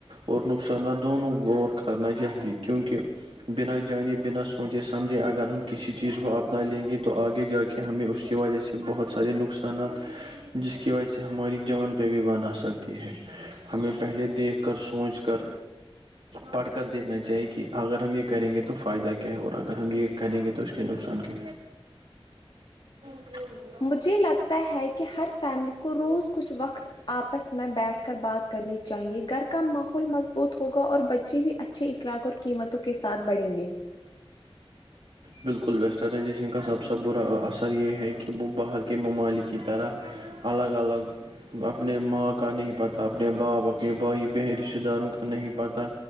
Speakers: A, on the right (about 75°); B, on the left (about 50°).
A: اور نقصانات دونوں غور کرنا چاہیئے کیونکہ بنا جانے بنا سوچے سمجھے اگر ہم کسی چیز کو اپنا لیں گے تو آگے جا کے ہمیں اس کی وجہ سے بہت سارے نقصانات جس کی وجہ سے ہماری جان پہ بھی بن آ سکتی ہے ہمیں پہلے دیکھ کر سوچ کر پڑھ کر دیکھنا چاہیے کہ اگر ہم یہ کریں گے تو فائدہ کیا ہے اور اگر ہم یہ کریں گے تو اس کے نقصان کے ہ
B: مجھے لگتا ہے کہ ہر فیملی کو روز کچھ وقت آپس میں بیٹھ کر بات کرنی چاہیے گھر کا ماحول مضبوط ہوگا اور بچے بھی اچھے اخلاق اور قیمتوں کے ساتھ بڑھیں گے
A: بالکل ویسٹرنائزیشن کا سب سے برا اثر یہ ہے کہ وہ باہر کے ممالک کی طرح الگ الگ اپنے ماں کا نہیں پاتا اپنے باپ اپنے بھائی بہن رشتہ داروں کا نہیں پاتا